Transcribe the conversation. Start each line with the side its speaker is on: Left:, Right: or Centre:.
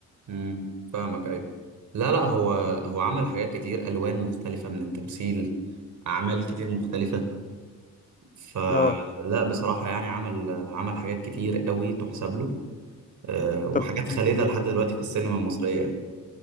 Right: امم فاهمك ايوه لا لا هو هو عمل حاجات كتير الوان مختلفه من التمثيل اعمال كتير مختلفه فلا
Left: اه
Right: بصراحه يعني عمل عمل حاجات كتير قوي تحسب له آه، وحاجات
Left: طب
Right: خالدة
Left: م.
Right: لحد دلوقتي في السينما المصرية يعني.